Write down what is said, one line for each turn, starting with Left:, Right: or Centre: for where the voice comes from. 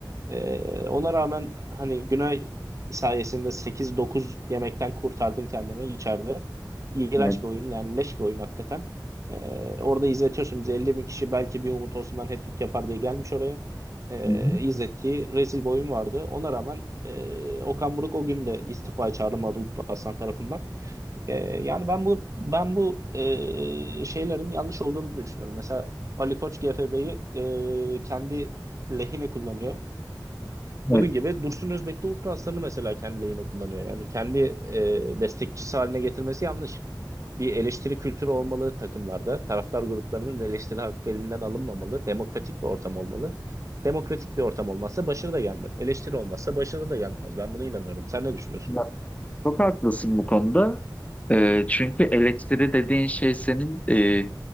Right: Ee, ona rağmen hani Güney sayesinde sekiz dokuz yemekten kurtardın kendini içeride. İğrenç
Left: evet.
Right: bir oyun yani leş bir oyun hakikaten. Ee, orada izletiyorsun bizi 50 bin kişi belki bir Umut Osman hat-trick yapar diye gelmiş oraya. Ee,
Left: Hı hı,
Right: izlettiği rezil bir oyun vardı. Ona rağmen e, Okan Buruk o gün de istifaya çağrılmadı Uludağ Aslan tarafından. Ee, yani ben bu ben bu e, şeylerin yanlış olduğunu düşünüyorum. Mesela Ali Koç GFB'yi e, kendi lehine kullanıyor. Bunun
Left: evet.
Right: gibi Dursun Özbek de Ultra Aslan'ı mesela kendi lehine kullanıyor. Yani kendi e, destekçisi haline getirmesi yanlış. Bir eleştiri kültürü olmalı takımlarda. Taraftar gruplarının eleştiri hakkı elinden alınmamalı. Demokratik bir ortam olmalı. Demokratik bir ortam olmazsa başarı da gelmez. Eleştiri olmazsa başarı da gelmez. Ben buna inanıyorum. Sen ne düşünüyorsun?
Left: Bak, Çok haklısın bu konuda. Ee, çünkü eleştiri dediğin şey senin e,